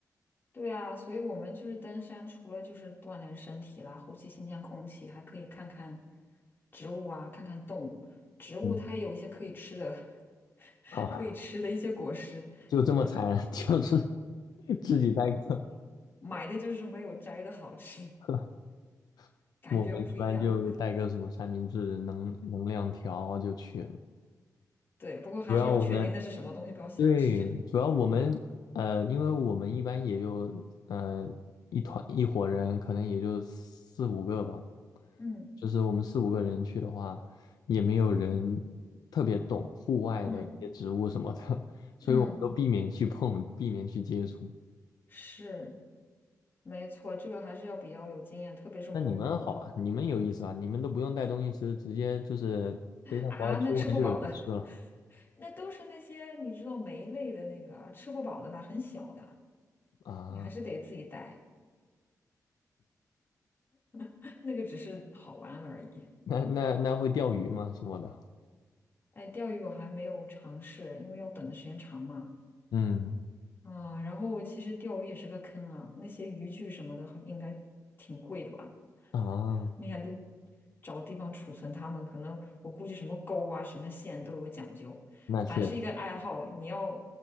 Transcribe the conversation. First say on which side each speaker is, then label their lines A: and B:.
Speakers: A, on the left (about 35°); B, on the left (about 75°).
A: 对啊，所以我们就是登山，除了就是锻炼身体啦，呼吸新鲜空气，还可以看看植物啊，看看动物。植物它也有一些可以吃的，
B: 嗯，
A: <laughs>
B: 好。
A: 可以吃的一些果实，
B: 就这么惨，
A: 就是
B: <laughs> 就是自己带个，
A: 买的就是没有摘的好吃，
B: <laughs>
A: 感觉不一样。
B: 我们一般就带个什么三明治、能能量条就去了。
A: 对，不过还是要确定那是什么东西，
B: 主要我们
A: 不要瞎吃。
B: 对，
A: <laughs>
B: 主要我们呃，因为我们一般也就呃一团一伙人，可能也就四五个吧。
A: 嗯
B: 就是我们四五个人去的话，也没有人特别懂户外的一些植物什么的，
A: 嗯
B: <laughs> 所以我们都避免去碰，
A: 嗯，
B: 避免去接触。
A: 是没错，这个还是要比较有经验，特别是蘑菇
B: 那你们好啊，你们有意思啊，你们都不用带东西吃，直接就是背上包出门就有吃了
A: 啊，那吃不饱的。那都是那些你知道酶类的那个啊，吃不饱的啦，很小的，
B: 啊。
A: 你还是得自己带。
B: 嗯
A: <laughs> 那个只是好玩而已。
B: 那那那会钓鱼吗？什么的？
A: 哎，钓鱼我还没有尝试，因为要等的时间长嘛。
B: 嗯
A: 嗯，然后其实钓鱼也是个坑啊，那些渔具什么的还应该挺贵的吧？
B: 啊，
A: 你还得找地方储存它们，可能我估计什么钩啊、什么线都有讲究。
B: 那确
A: 凡是一个爱好，你要